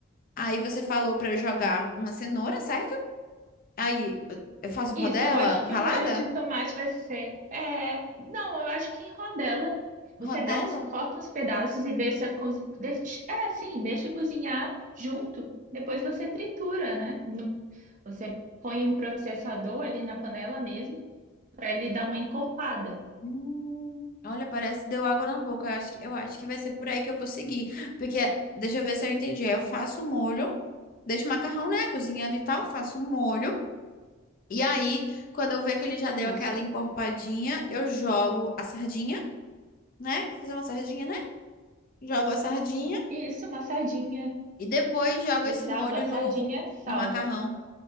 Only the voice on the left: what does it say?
Aí você falou pra eu jogar uma cenoura, certo? Aí eu faço
rodela
ralada?
Rodela?
Hum, olha, parece que deu água na boca. Eu acho que, eu acho que vai ser por aí que eu vou seguir. Porque, deixa eu ver se eu entendi. Aí Eu faço o molho, deixo o macarrão, né, cozinhando e tal, faço o molho. E aí, quando eu ver que ele já deu
aquela encorpadinha, eu jogo a sardinha, né? Fazer uma sardinha, né? Jogo a sardinha
e depois jogo
esse molho
no,
no macarrão.